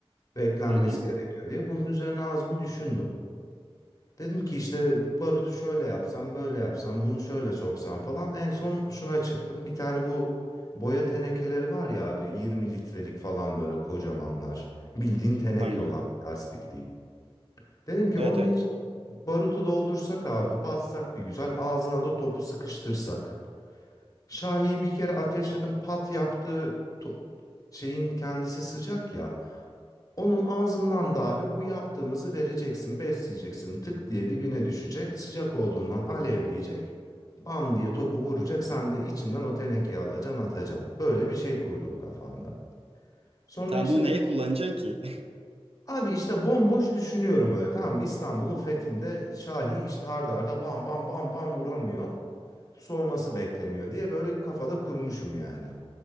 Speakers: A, on the left; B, on the right.
A: Beklenmesi
B: Hı hı.
A: gerekiyor diye. Bunun üzerine az bir düşündüm. Dedim ki işte barutu şöyle yapsam, böyle yapsam, bunu şöyle soksam falan. En son şuna çıktım. Bir tane bu boya tenekeleri var ya abi 20 litrelik falan böyle kocamanlar. Bildiğin teneke
B: Aynen.
A: olan plastik değil. Dedim ki
B: Evet
A: onun
B: evet.
A: için barutu doldursak abi, bassak bir güzel, ağzına da topu sıkıştırsak. Şahi'yi bir kere ateşledim pat yaptı. To- şeyin kendisi sıcak ya. Onun ağzından da abi bu yaptığımızı vereceksin, besleyeceksin. Tık diye dibine düşecek. Sıcak olduğundan alevleyecek. Bam diye topu vuracak. Sen de içinden o tenekeyi alacaksın, atacaksın. Böyle bir şey kurdum kafamda. Sonra
B: Tam
A: işte
B: bunu
A: ben
B: neye kullanacaksın ki?
A: abi işte bomboş düşünüyorum öyle tamam mı? İstanbul'un fethinde Şahi işte arda arda bam bam bam bam vuramıyor. Soğuması bekleniyor diye böyle kafada kurmuşum yani.